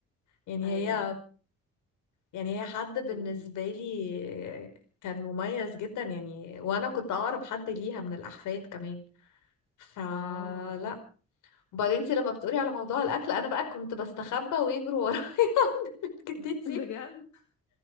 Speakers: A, on the left (about 85°); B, on the left (about 70°).
A: يعني
B: أيوه
A: هي يعني هي حد بالنسبه
B: مم.
A: لي كان مميز جدا يعني وانا كنت اقرب حد ليها من الاحفاد كمان فلا
B: اه
A: وبعدين انت لما بتقولي على موضوع الاكل انا بقى كنت بستخبى ويجروا ورايا <laughs> عند بيت جدتي
B: <laughs> بجد؟